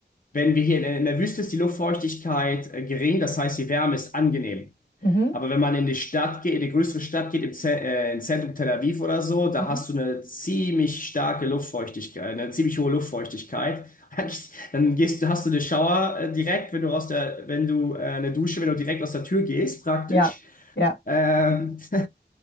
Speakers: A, on the left; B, on the left.
A: wenn wir hier in, in der Wüste ist die Luftfeuchtigkeit äh, gering, das heißt, die Wärme ist angenehm.
B: Mhm.
A: Aber wenn man in die Stadt geht, in die größere Stadt geht, im Ze- äh, im Zentrum Tel Aviv oder so, da
B: Mhm.
A: hast du eine ziemlich starke Luftfeuchtigkeit, eine ziemlich hohe Luftfeuchtigkeit. <laughs> Dann gehst, du- hast du eine Shower äh, direkt, wenn du aus der, wenn du äh, eine Dusche, wenn du direkt aus der Tür gehst, praktisch.
B: Ja. Ja.
A: Ähm, <laughs>